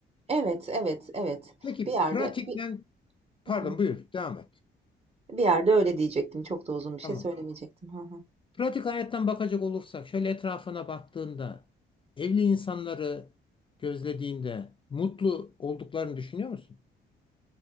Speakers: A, on the right; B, on the left.
A: Evet, evet, evet.
B: Peki
A: Bir yerde
B: pratikten,
A: bir Hı
B: pardon
A: hı.
B: buyur, devam et.
A: Bir yerde öyle diyecektim. Çok da uzun bir şey
B: Tamam.
A: söylemeyecektim. Hı hı.
B: Pratik hayattan bakacak olursak, şöyle etrafına baktığında, evli insanları gözlediğinde mutlu olduklarını düşünüyor musun?